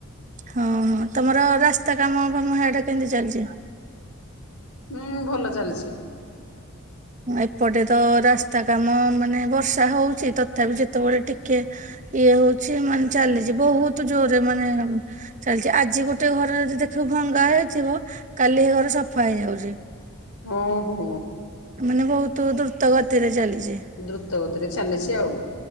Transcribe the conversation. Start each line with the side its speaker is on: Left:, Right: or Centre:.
Right: ହଁ ହଁ ତମର ରାସ୍ତା କାମ ବା ହୀଆଡ଼େ କେମତି ଚାଲିଛି?
Left: ହୁଁ ଭଲ ଚାଲିଛି
Right: ଏପଟେ ତ ରାସ୍ତା କାମ ମାନେ ବର୍ଷା ହଉଛି ତଥାପି ଯେତେବେଳେ ଟିକେ ଇଏ ହଉଛି ମାନେ ଚାଲିଛି ବହୁତ ଜୋରରେ ମାନେ ଚାଲିଚି। ଆଜି ଗୋଟେ ଘରେ ଯଦି ଦେଖିବୁ ଭଙ୍ଗା ହେଇଥିବ କାଲି ଏ ଘର ସଫା ହେଇଯାଉଛି।
Left: ହଁ ହୋ।
Right: ମାନେ ବହୁତ ଦ୍ରୁତ ଗତିରେ ଚାଲିଛି ହୁଁ।
Left: ଦ୍ରୁତ ଗତିରେ ଚାଲିଛି ଆଉ